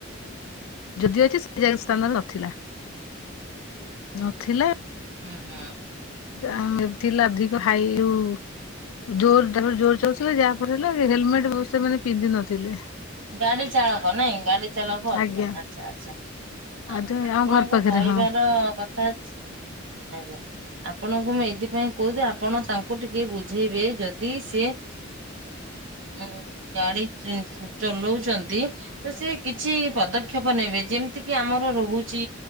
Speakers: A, on the left (about 85°); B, on the right (about 65°).
A: ଯଦି ଅଛି ସେ ଜାଗା ସ୍ଥାନରେ ନଥିଲା ନଥିଲା
B: ହୁଁହୁଁ।
A: ଏମିତି ହେ ଅଧିକ ହାଇ ଉ ଜୋରଡ ଜୋର ଚାଲାଉଥିଲେ ଯାହାପରେ ହେଲା ହେଲମେଟ ସେମାନେେ ପିନ୍ଧି ନଥିଲେ।
B: ଗାଡି ଚାଳକ ନାଇଁ ଗାଡି ଚାଳକ ଅଧିକ
A: ଆଜ୍ଞା।
B: ଆଚ୍ଛା ଆଚ୍ଛା।
A: ଆଦ
B: ଆପଣଙ୍କୁ
A: ଆମ ଘର ପାଖରେ
B: କହିବାର
A: ହଁ
B: କଥା ଅଛି ଆଜ୍ଞା। ଆପଣଙ୍କୁ ମୁଁ ଏଇଥିପାଇଁ କହୁଛିି ଆପଣ ତାଙ୍କୁ ଟିକେ ବୁଝେଇବେ ଯଦି ସିଏ ଉଁ ଗାଡ଼ି ଚୁଁ ଚଲଉଛନ୍ତି ତ ସେ କିଛି ପଦକ୍ଷେପ ନେବେ ଯେମିତି କିି ଆମର ରହୁଛି